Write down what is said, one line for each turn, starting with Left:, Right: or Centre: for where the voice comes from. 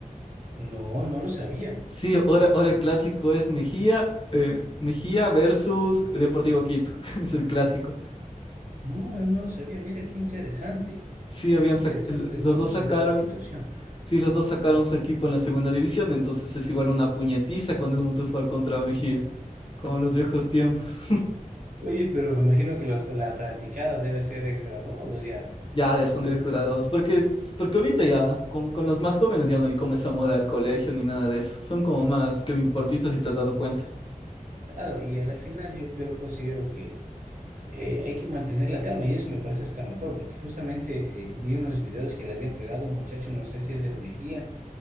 Right: No, no lo sabía.
Left: Sí, ahora, ahora el clásico es Mejía, eh, Mejía versus Deportivo Quito. <laughs> Es el clásico.
Right: No, yo no lo sabía. Mira, qué interesante.
Left: Sí, habían
Right: Qué
Left: sac-
Right: interesante
Left: l- los
Right: conocer
Left: dos sacaron,
Right: esta situación.
Left: sí, los dos sacaron su equipo en la segunda división, entonces es igual una puñetiza cuando es Montefort contra Mejía, como en los viejos tiempos.
Right: Oye, pero me imagino que los, la fanaticada debe ser exgraduados ya.
Left: Ya, ya son directos graduados. Porque, porque ahorita ya, con, con los más jóvenes ya no hay como ese amor al colegio ni nada de eso. Son como más que me importistas si te has dado cuenta.
Right: Claro, y a la final yo creo, considero que eh, hay que mantener la calma y eso me parece hasta mejor, porque justamente eh, vi unos videos que le habían pegado a un muchacho, no sé si es del Mejía